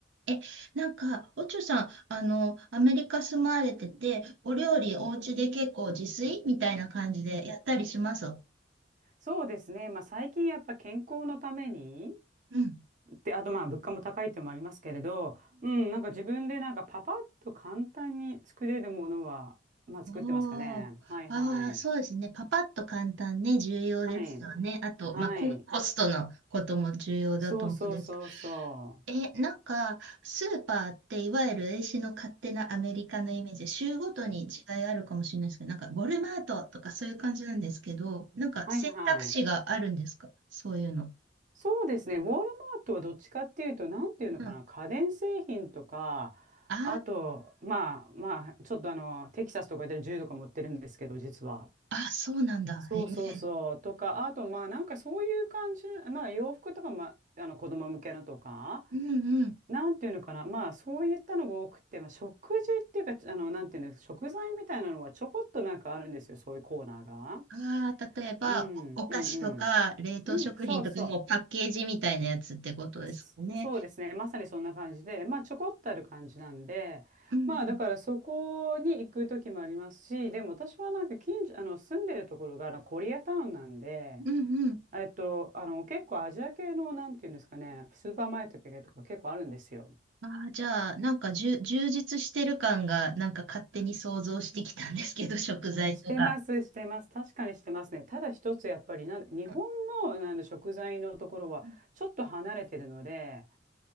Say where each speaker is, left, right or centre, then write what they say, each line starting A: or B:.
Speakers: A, on the right; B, on the right.
A: え、なんか、おちょさん、あの、アメリカ住まわれてて、お料理お家で結構自炊みたいな感じでやったりしますうん。
B: そうですね。まあ、最近やっぱ健康のために、
A: うん
B: てあとまあ物価も高いってのもありますけれど、うん、なんか自分でなんかパパッと簡単に作れるものは、まあ作ってますかね。
A: うん。おー。
B: はいはい。
A: ああ、そうですね。パパッと簡単ね、重要ですよね。
B: はい。
A: あと、
B: はい。
A: まあ、コ、コストのことも重要だと思うんですけ
B: そうそうそうそ
A: え、なんか、スーパーっていわゆる英史の勝手なアメリカのイメージ、州ごとに違いあるかもしれないですけど、なんか、ウォルマートとかそういう感じなんですけど、なんか選択肢があるんですかそういうの。
B: う。はいはい。そうですね。ウォールマートはどっちかっていうと、なんていうのかな、
A: うん。あ
B: 家電製品とか、
A: あ、
B: あと、まあまあ、ちょっとあの、テキサスとかで銃とか持ってるんですけど、実は。
A: あ、そうなんだ。
B: そうそうそう。
A: へえ。
B: とか、あと、まあ、なんかそういう感じ、まあ、洋服とか、まあ、あの子供向けのとか、
A: うんうん。
B: なんていうのかな、まあ、そういったのが多くて、まあ、食事っていうか、あの、なんていうんですか、食材みたいなのはちょこっとなんかあるんですよ、そういうコーナーが。
A: ああ、例えば、
B: うん、
A: おお菓子とか、
B: うん、うん。
A: 冷凍食品とか、
B: うん、そうそ
A: もうパッケージみたいなやつってことですかね。
B: う。そそうですね。まさにそんな感じで、まあ、ちょこっとある感じなんで、
A: うん
B: まあ、だからそこに行く時もありますし、でも私はなんか近所、あの、住んでるところが、あの、コリアタウンなんで、
A: うん。うん
B: えっと、あの、結構アジア系の、なんていうんですかね、スーパーマーケット系とか結構あるんですよ。
A: ああ、じゃあ、なんかじゅ、充実してる感が、なんか勝手に想像してきたんですけど、食材とか。
B: してます、してます。確かにしてますね。ただ一つ、やっぱりなん、日本の、
A: う
B: なんだ食材のところは、
A: ん
B: ちょっと離れてるので、